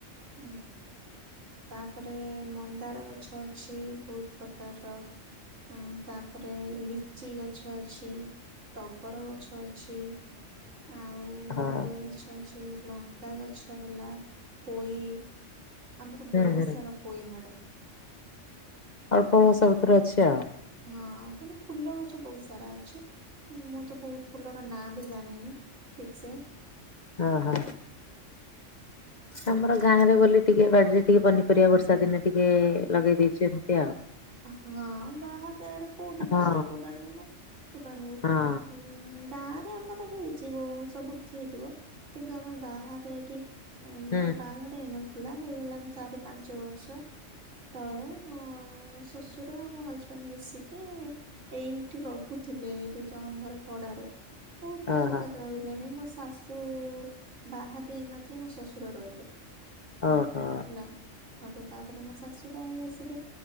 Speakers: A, on the right; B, on the left.
A: ହୁଁ। ତାପରେ ମନ୍ଦାର ଗଛ ଅଛି, ବହୁତ୍ ପ୍ରକାରର ହଁ, ତାପରେ ଲିଚି ଗଛ ଅଛି, ଟଗର ଗ ଗଛ ଅଛି, ଆଉ
B: ହଉ ହଁ
A: ଇଏ ଗଛ ଅଛି, ଲଙ୍କ୍ ଙ୍କା ଗଛ ହେଲା, ପୋଇ, ଆମର ବହୁତ
B: ହୁଁ ହୁଁ
A: ସାରା ପୋଇ ମାଡେ।
B: ଅଳ୍ପ ଅଳ୍ପ
A: ହୁଁ।
B: ସବୁଥିରେ ଅଛି ଆଉ।
A: ହଁ କିନ୍ତୁ ଫୁଲ ଗଛ ବହୁତ ସାରା ଅଛି, ମୁଁ ତ ବହୁତ ଫୁଲର ନାଁ ବି ଜାଣିନି। ଠିକ୍ ସେ।
B: ଅ ହ।
A: <inaudible>
B: ଆମର ଗାଁରେ ବୋଲି ଟିକେ ବାଡିରେ ଟିକେ ପନିପରିବା ବର୍ଷା ଦିନେ ଟିକେ ଲଗେଇ ଦେଇଚୁ ଏମତି ଆଉ।
A: ହଁ ବାହାର ଜାଗାରେ କୋଉଠି,
B: ହଁ
A: ବାରି କୋଉଠୁ ଆଣିବୁ ନା, <unintelligible> କଉଟା ଆଣିବୁ?
B: ହଁ।
A: ହୁଁ ଉଁ ଗାଁରେ ଆମର ହେଇଚିବ, ସବୁ କିଛି ହେଇଥିବ କିନ୍ତୁ ଆମେ ବାହାରେ ଏଠି ଉଁ
B: ହୁଁ
A: ମୋ ବାହାଘର୍ ହେଇନଥିଲା, ହେଇଗଲାଣି ଚାରି ପାଞ୍ଚ ବର୍ଷ ତଳେ ମୋ ଶ୍ୱଶୁର ଆଉ ମୋ ହଜବେଣ୍ଡ୍ ମିଶିକି ଏଇଠି ରହୁଥିଲେ ଏଇଠି ଜଣକ ଘରେ ଭଡାରେ ବହୁତ ବର୍ଷ
B: ଓହୋ
A: ଧରି ରହିଲେ ମୋ ଶାଶୁ ବାହା ବି ହେଇ ନଥିଲେ, ମୋ ଶ୍ୱଶୁର ରହିଲେଣିି।
B: ଓହୋ।
A: ହେଲା, ଆଗ ତାପରେ ମୋ ଶାଶୁ ବାହା ହେଇ ଆସିଲେ